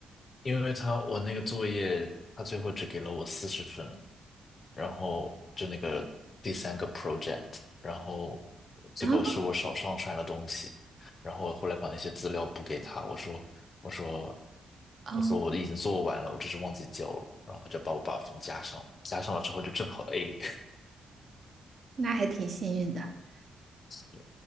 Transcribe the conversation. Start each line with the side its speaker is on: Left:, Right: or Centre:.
Left: 因为他我那个作业，他最后只给了我四十分，然后就那个第三个 project，然后结果是我少上传了东西，
Right: 啊？
Left: 然后我后来把那些资料补给他，我说我说
Right: 哦，
Left: 我说我已经做完了，我只是忘记交了，然后他就把我把分加上了，加上了之后就正好 A。
Right: 那还挺幸运的。
Left: <laughs>